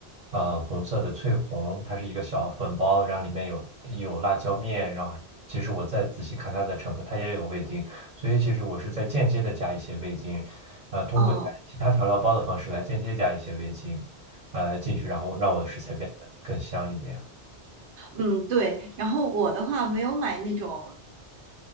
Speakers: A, on the right (about 40°); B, on the right (about 80°).
A: 呃红色的翠红，它是一个小粉包，然后里面有有辣椒面，然后其实我再仔细看它的成分，它也有味精。所以其实我是在间接的加一些味精，呃，通过加其他调料包的方式来间接加一些味精，
B: 哦。
A: 呃，进去，然后让我的食材变得更香一点。
B: 嗯，对。然后我的话没有买那种